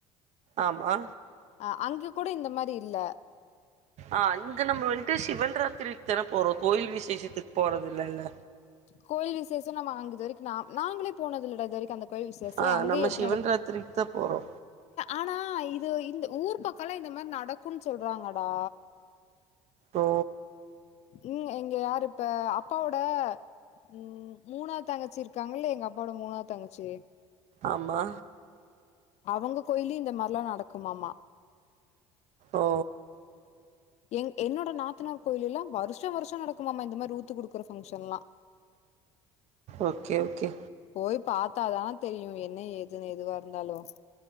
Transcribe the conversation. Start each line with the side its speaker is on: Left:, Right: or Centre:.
Right: ஆமா
Left: அ அங்க கூட இந்த மாரி இல்ல
Right: ஆ அங்க நம்ம வன்ட்டு சிவன் ராத்திரிக் தான போறோ கோவில் விசேஷத்துக் போறதில்லல்ல
Left: கோயில் விசேஷொ நம்ம அங்க இது வரைக்கு நா நாங்ளே போனதில்லடா இது வரைக்கு அந்த கோயில் விசேஷொ
Right: ஆ
Left: அங்கயே
Right: நம்ம
Left: எப்டி
Right: சிவன்
Left: நடக்கு
Right: ராத்திரிக்கு தா போறோ
Left: ஆனா இது இந்த ஊர் பக்கொல்லா இந்த மார் நடக்குன் சொல்றாங்கடா
Right: ஓ
Left: ம் இங்க யாரு இப்ப அப்பாவோட ம் மூணாது தங்கச்சி இருக்காங்கல்ல எங்க அப்பாவோட மூணாது தங்கச்சி
Right: ஆமா
Left: அவங்க கோயில்லு இந்த மார்லா ந டக்குமாமா
Right: ஓ
Left: எங் என்னோட நாத்தனார் கோயில்லெல்லா வருஷ வருஷ நடக்குமாமா இந்த மாரி ஊத்து குடுக்குற ஃபங்ஷன்லா
Right: ஓகே ஓகே
Left: போய் பாத்தாதா தெரியும் என்ன ஏதுன்னு எதுவா இருந்தாலும் <inaudible>